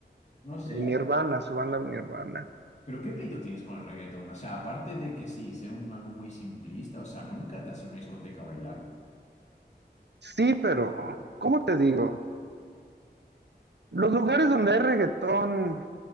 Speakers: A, on the left; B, on the right.
A: no sé.
B: Y Nirvana, su banda Nirvana.
A: Pero ¿qué pleito tienes con el reggaetón? O sea, aparte de que sí, sea un algo muy simplista, o sea, nunca te has ido a una discoteca a bailar.
B: Sí, pero, ¿cómo te digo? Los lugares donde hay reggaetón